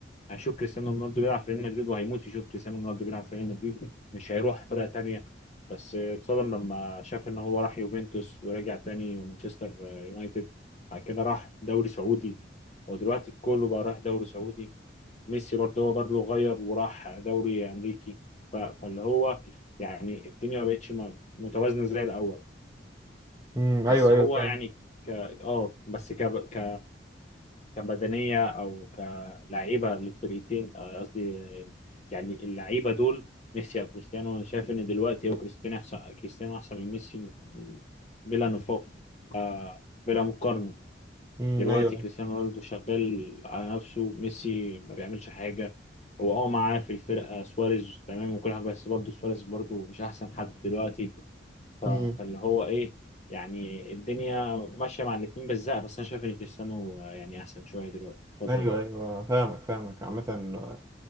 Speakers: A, on the left; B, on the right.
A: هيشوف كريستيانو رونالدو بيلعب في ريال مدريد وهيموت يشوف كريستيانو رونالدو بيلعب في ريال مدريد مش هيروح فرقة تانية بس اتصدم لما شاف ان هو راح يوفنتوس ورجع تاني مانشستر يونايتد بعد كده راح دوري سعودي ودلوقتي كله بقى راح دوري سعودي ميسي برضه هو برضه غير وراح دوري امريكي ف- فاللي هو يعني الدنيا ما بقتش م- متوازنه زي الاول
B: امم ايوه
A: بس
B: ايوه
A: هو
B: فعلا
A: يعني ك اه بس ك ك كبدنيه او كلعيبه للفريقين آه، قصدي آه، يعني اللعيبه دول ميسي او كريستيانو انا شايف ان دلوقتي هو كريستيانو احسن كريستيانو احسن من ميسي بلا نفاق آه، بلا مقارنه
B: امم
A: دلوقتي
B: ايوه ايوه
A: كريستيانو رونالدو شغال على نفسه ميسي ما بيعملش حاجة هو اه معاه في الفرقة سواريز تمام وكل حاجة بس برضه سواريز برضه مش أحسن حد دلوقتي ف- فاللي
B: امم
A: هو إيه يعني الدنيا ماشية مع الاتنين بالزق بس أنا شايف إن كريستيانو آه، يعني أحسن شوية دلوقتي الفترة
B: ايوه
A: دي
B: ايوه فاهمك فاهمك عامه